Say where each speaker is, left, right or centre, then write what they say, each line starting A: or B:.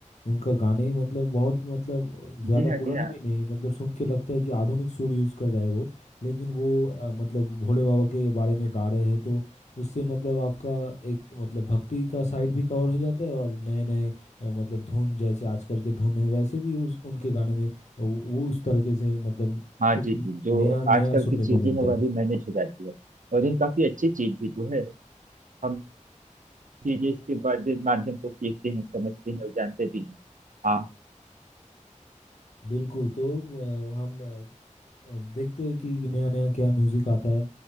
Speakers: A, on the left (about 60°); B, on the right (about 80°).
A: उनका गाने मतलब बहुत मतलब ज़्यादा
B: जी हाँ
A: पुराने
B: जी हाँ
A: भी नहीं है मतलब सुन के लगता है कि आधुनिक सुर यूज़ कर रहा है वो लेकिन वो अ, मतलब भोले बाबा के बारे में गा रहे हैं तो उससे मतलब आपका एक मतलब भक्ति का साइड भी कवर हो जाता है और नए नए अ, मतलब धुन जैसे आजकल के धुन है वैसे भी उस उनके गाने में वो वो उस तरीके से मतलब
B: हाँ
A: कुछ
B: जी जी जो
A: नया नया
B: आजकल
A: सुनने
B: की चीजें
A: को मिलता
B: हैं वह
A: है
B: भी मैनेज हो जाती है और ये काफी अच्छी चीज भी तो है हम चीजें इसके बाद माध्यम से सीखते हैं समझते हैं और जानते भी हैं हाँ
A: बिल्कुल तो अ, हम अ, देखते हैं कि नया नया क्या म्यूज़िक आता है